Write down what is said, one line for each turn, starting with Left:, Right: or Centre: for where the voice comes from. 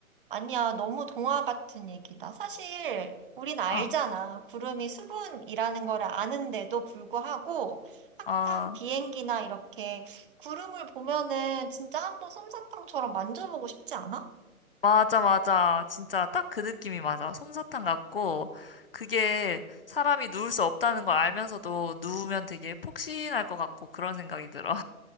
Right: 아니야, 너무 동화 같은 얘기다. 사실, 우린 알잖아.
Left: 아,
Right: 구름이 수분이라는 걸 아는데도 불구하고, 항상
Left: 아,
Right: 비행기나 이렇게 구름을 보면은 진짜 한번 솜사탕처럼 만져보고 싶지 않아?
Left: 맞아, 맞아. 진짜 딱 그 느낌이 맞아. 솜사탕 같고 그게 사람이 누울 수 없다는 걸 알면서도 누우면 되게 폭신할 것 같고 그런 생각이 들어.